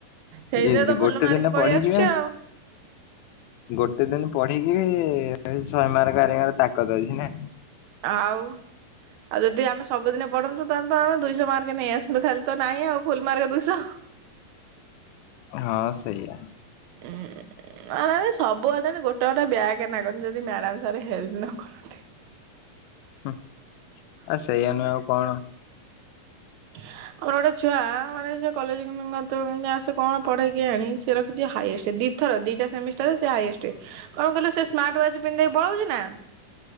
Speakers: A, on the right; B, on the left.
A: ସେଇଥିରେ
B: ଯେ
A: ତ ଭଲ
B: ଗୋଟେ
A: ମାର୍କ
B: ଦିନ
A: ପଳେଇ
B: ପଢିକି
A: ଆସୁଛି
B: ବା
A: ଆଉ।
B: ଗୋଟେ ଦିନ ପଢ଼ିକି ବି ଶହେ ମାର୍କ ଆଣିବାର ତାକତ ଅଛି। ନା।
A: ଆଉ। ଆଉ ଯଦି ଆମେ ସବୁଦିନ ପଢ଼ନ୍ତୁ ତାହେଲେ ଆମେ ଦୁଇଶ ମାର୍କ ନେଇ ଆସନ୍ତୁ, ଖାଲି ତ ନାହିଁ ଆଉ ଫୁଲ ମାର୍କ ଦୁଇଶ
B: ହଁ ସେଇଆ।
A: ଉଁ। ନାଁ ନାଁ ସବୁ ହେଇଥାନ୍ତା ଗୋଟେ ଗୋଟେ ବ୍ୟାକ୍ ଲାଗନ୍ତା ଯଦି ମ୍ୟାଡ଼ାମ ସାର୍ ହେଲ୍ପ ନ କରନ୍ତେ। <inaudible>
B: ହୁଁ ଆଉ ସେଇଆ ନୁହେଁ ଆଉ କଣ?
A: ହ <inaudible> ଆମର ଗୋଟେ ଛୁଆ ମାନେ ସେ କଲେଜ <unintelligible> କେତେବେଳେ ଆସେ କଣ ପଢ଼େ କେଜାଣି ସେ ରଖିଛି ହାଇଏଷ୍ଟ ଦି ଥର ଦିଟା ସେମିଷ୍ଟାର ରେ ସେ ହାଇଏଷ୍ଟ କଣ କହିଲ ସେ ସ୍ମାର୍ଟ ୱାଚ ପିନ୍ଧି ପଳଉଛି ନା